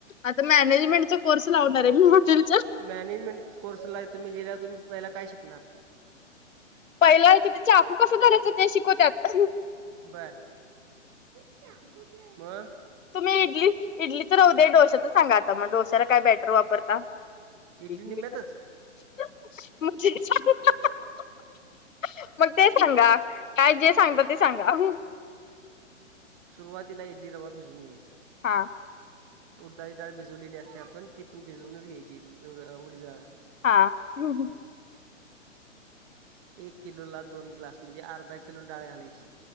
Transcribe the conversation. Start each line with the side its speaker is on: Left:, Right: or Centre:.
Left: आता मॅनेजमेंटचा कोर्स लावणार आहे मी हॉटेल.
Right: मॅनेजमेंट कोर्स ला तुम्ही गेल्या तुम्ही पयला काय शिकणार.
Left: पहिला क त्या चाकू कसा धरयचा ते शिकवतत.
Right: बर <unintelligible>
Left: तुम्ही इडली इडलीचं राहूद्या डोश्याचं सांगा आता मग डोश्याला काय बेटर वापरता. <unintelligible>
Right: इडली निम्यातच
Left: मग ते सांगा काय जे सांगत ते सांगा.
Right: सुरुवातीला इडली रवा भिजून घ्यायचा
Left: हा
Right: उडदाची डाळ भिजवलेली असते आपण ती पण भिजवूनच घ्यायची इ उड उडीत डाळ
Left: हा ह् ह.
Right: एक किलो ला दोन ग्लास म्हणजे अर्धा किलो डाळ घालायची.